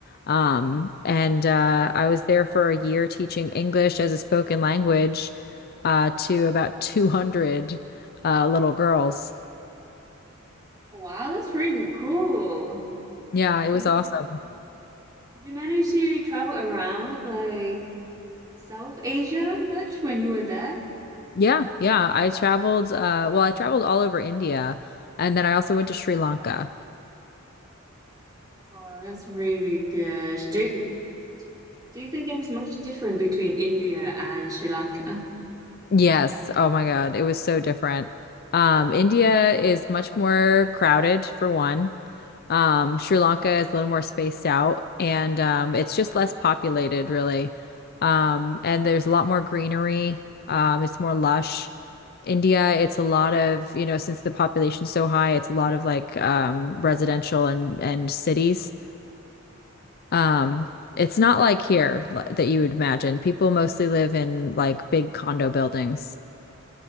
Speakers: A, on the left; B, on the right.
A: Um, and uh, I was there for a year teaching English as a spoken language uh, to about <laughs> 200 uh, little girls.
B: Wow, that's really cool.
A: Yeah, it
B: Did
A: was
B: you
A: awesome.
B: did you manage to travel around? Like South Asia much when you were there?
A: Yeah, yeah. I traveled, uh, well, I traveled all over India and then I also went to Sri Lanka.
B: Oh, that's really good. Do you, do you think there was much different between India and Sri Lanka?
A: Yes. Oh my God. It was so different. Um, India is much more crowded for one. Um, Sri Lanka is a little more spaced out and um, it's just less populated, really. Um, and there's a lot more greenery. Um, it's more lush. India, it's a lot of, you know, since the population's so high, it's a lot of like um, residential and and cities. Um, it's not like here li- that you would imagine. People mostly live in like big condo buildings.